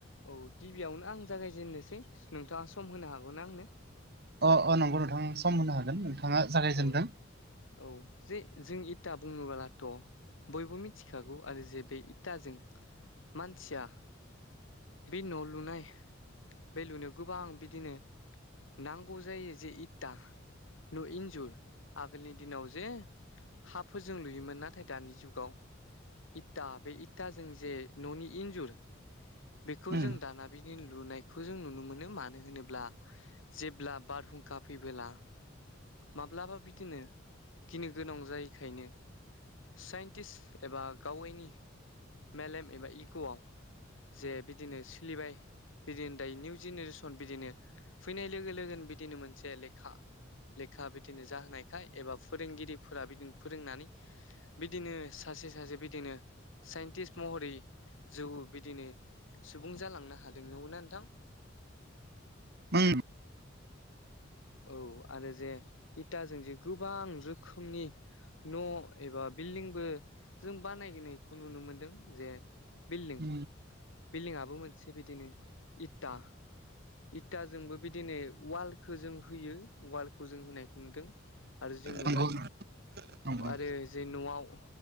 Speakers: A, on the left; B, on the right.
A: औ गिबियावनो आं जागायजेननोसै नोंथाङा सम होनो हागौना आंनो
B: अ अ नंगौ नोंथां सम होनो हागोन नोंथाङा जागायजेनदों
A: औ औ जे जों इथा बुङोबोलाथ' बयबो मिथिखागौ आरो जे बे इथाजों मानसिया बे न' लुनाय बे लुनायाव गोबां बिदिनो नांगौ जायो जे इता न इ -जुर आगोलनि दिनाव जे हाफोरजों लुयोमोन नाथाय दानि जुगाव इटा बे इटाजों जे न'नि इन्जुर बेखौ
B: उम
A: जों दाना बिदि लुनायखौ जों नुनो मोनो मानो होनोब्ला जेब्ला बारहुंखा फैबोला माब्लाबा बिदिनो गिनो गोनां जायैखायनो साइन्टिस्ट एबा गावैनि मेलेम एबा इग'आव जे बिदिनो सोलिबाय बिदिनो दायो निउ जेनेरेसन बिदिनो फैनाय लोगो लोगोनो बिदिनो मोनसे लेखा लेखा बिदिनो जाहोनायखाय एबा फोरोंगिरिफोरा बिदिनो फोरोंनानै बिदिनो सासे सासे बिदिनो साइन्टिस्ट महरै ज बिदिनो सुबुं जालांनो हादों नंगौना नोंथां
B: ओम
A: औ आरो जे इटाजों जे गोबां रोखोमनि न' एबा बिल्डिंबो जों बानायनायखौ नुनो मोनदों जे बिल-
B: उम
A: बिल्डिंआबो मोनसे बिदिनो इटा इटाजोंबो बिदिनो वालखौ जों होयो वालखौ जों होनायखौ नुदों आरो जों नुबाय
B: नंगौ नंगौ
A: आरो जे न'आव